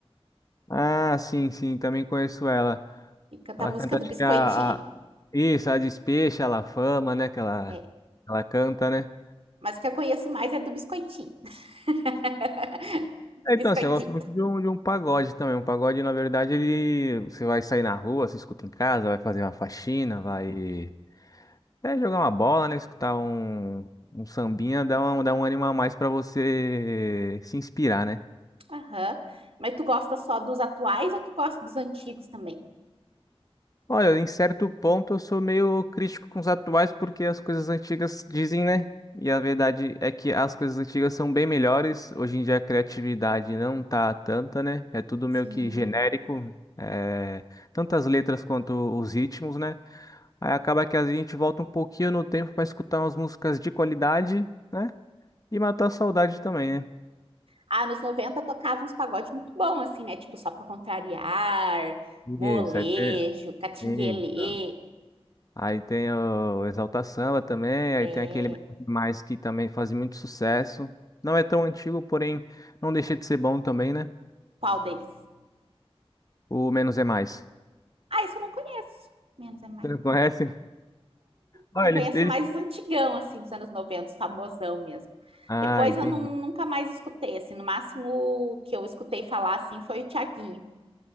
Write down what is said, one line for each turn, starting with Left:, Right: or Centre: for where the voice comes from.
Left: Ah, sim, sim, também conheço ela.
Right: que canta
Left: Ela
Right: a música
Left: canta,
Right: do
Left: acho
Right: Biscoitinho.
Left: que a, a... Isso, a Despecha, a La Fama, né? Que ela,
Right: É,
Left: ela canta, né?
Right: mas o que eu conheço mais é do Biscoitinho. <laughs> Do
Left: É,
Right: Biscoitito.
Left: Então, assim, eu gosto muito de um, de um pagode também. Um pagode, na verdade, ele... Você vai sair na rua, você escuta em casa, vai fazer uma faxina, vai... É, jogar uma bola, né? Escutar um, um sambinha, dá um, dá um ânimo a mais pra você se inspirar, né?
Right: Aham. Mas tu gosta só dos atuais ou tu gosta dos antigos também?
Left: Olha, em certo ponto eu sou meio crítico com os atuais porque as coisas antigas dizem, né? E a verdade é que as coisas antigas são bem melhores. Hoje em dia a criatividade não tá tanta, né? É tudo
Right: Sim.
Left: meio que genérico, é, tanto as letras quanto os ritmos, né? Aí acaba que a gente volta um pouquinho no tempo para escutar umas músicas de qualidade, né? E matar a saudade também, né?
Right: Ah, nos 90 tocava uns pagodes muito bons assim, né? Tipo, só pra contrariar,
Left: Isso,
Right: molejo,
Left: aí tem-
Right: catinguelê.
Left: isso. Aí tem o Exalta Samba também, aí
Right: É.
Left: tem aquele mais que também faz muito sucesso. Não é tão antigo, porém não deixa de ser bom também, né?
Right: Qual deles?
Left: O Menos é Mais. <laughs>
Right: Ah, isso eu não conheço. Menos é mais.
Left: Você não conhece? Ah,
Right: eu
Left: eles,
Right: conheço
Left: eles...
Right: mais antigão, assim, dos anos 90 famosão mesmo.
Left: Ah,
Right: Depois
Left: entendi.
Right: eu não- nunca mais escutei, assim, no máximo que eu escutei falar, assim, foi o Thiaguinho.